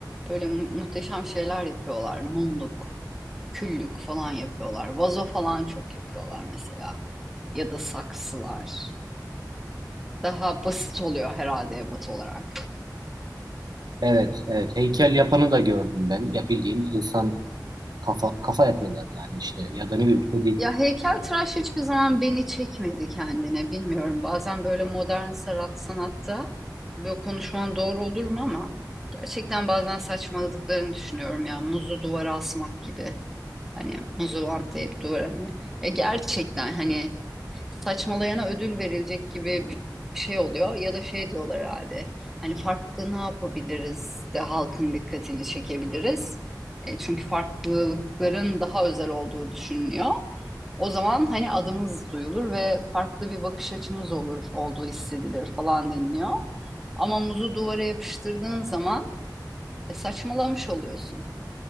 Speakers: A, in the centre; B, on the right.
A: Böyle mu- muhteşem şeyler yapıyorlar. Mumluk, küllük falan yapıyorlar. Vazo falan çok yapıyorlar mesela. Ya da saksılar. Daha basit oluyor herhalde ebat olarak.
B: Evet, evet. Heykel yapanı da gördüm ben. Ya bildiğin insan kafa kafa yapıyorlar yani işte. Ya da ne bileyim kedi.
A: Ya heykeltıraş hiçbir zaman beni çekmedi kendine. Bilmiyorum. Bazen böyle modern sara- sanatta tabii o konuşman doğru olur mu ama gerçekten bazen saçmaladıklarını düşünüyorum ya. Muzu duvara asmak gibi. Hani muzu bantlayıp duvara mı? Ya gerçekten hani saçmalayana ödül verilecek gibi bir şey oluyor ya da şey diyorlar herhalde. Hani farklı ne yapabiliriz de halkın dikkatini çekebiliriz. E, çünkü farklılıkların daha özel olduğu düşünülüyor. O zaman hani adımız duyulur ve farklı bir bakış açımız olur, olduğu hissedilir falan deniliyor. Ama muzu duvara yapıştırdığın zaman e, saçmalamış oluyorsun.